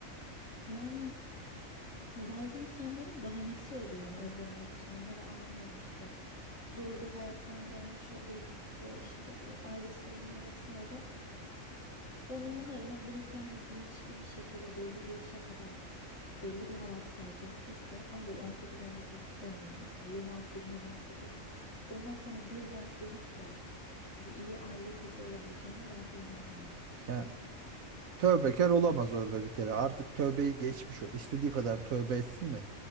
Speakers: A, on the left; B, on the right.
A: yani Bazı insanların bahanesi oluyor yani öyle olmak için. Onları anlıyorum işte. Zor bir hayattan gelmiş oluyor. işte o ailesi olmuyor vesaire. Onu anlarım ama bir insan hani bilinçli bir şekilde belli bir yaşa kadar belli bir hayatı tercih ettiyse ama böyle 18-19 demiyorum mesela 26, 27, 28 ondan sonra birden dönüp de böyle iyi aile kızı olabileceğine ben de inanmıyorum açıkçası.
B: Yani tövbekar olamaz orada bir kere. Artık tövbeyi geçmiş o. İstediği kadar tövbe etsin de.